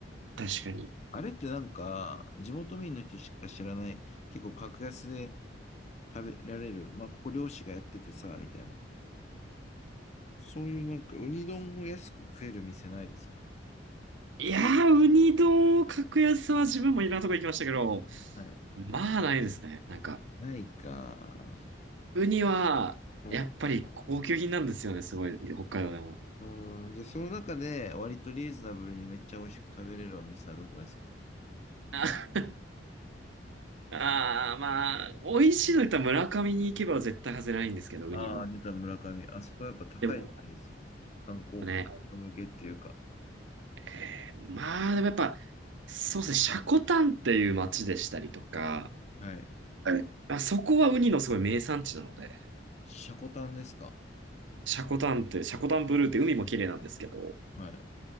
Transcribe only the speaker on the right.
確かに。
いやー、ウニ丼を格安は自分もいろんなとこ行きましたけど、
まあないですね。なんか、
ウニは、
やっぱり高級品なんですよね、すごい、北海道でも。
あ <laughs> あー、まあ、美味しいの言ったら村上に行けば絶対外れないんですけど、ウニの。
でも
ね、えーまあでもやっぱ、そうですね、積丹っていう町でしたりとか、
はいあ、そこはウニのすごい名産地なので、
積丹って、積丹ブルーって海も綺麗なんですけど、